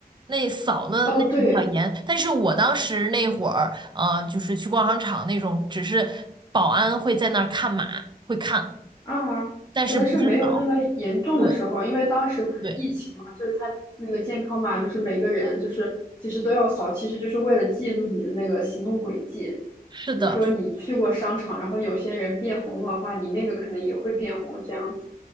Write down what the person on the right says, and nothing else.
那扫的那是比较严，
但是我当时那会儿，呃，就是去逛商场那种，只是保安会在那儿看码，会看，
但是不是扫。
对
对，
是的，